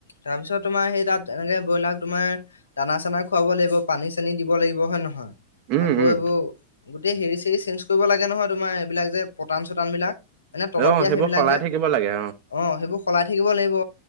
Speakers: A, on the left; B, on the right.
A: তাৰপিছত তোমাৰ সেই তাত এনেকে ব্ৰইলাৰ তোমাৰ দানা চানা খুৱাব লাগিব পানী চানী দিব লাগিব হয় নহয়,
B: উম
A: আকৌ
B: উম
A: এইবোৰ গোটেই হেৰি চেৰি চেঞ্জ কৰিব লাগে নহয় তোমাৰ এইবিলাক যে পতান চটান বিলাক এনে তলত
B: অ
A: দিয়া
B: সেইবোৰ
A: সেইবিলাক
B: সলাই
A: যে অ',
B: থাকিব লাগে
A: সেইবোৰ সলাই থাকিব লাগিব।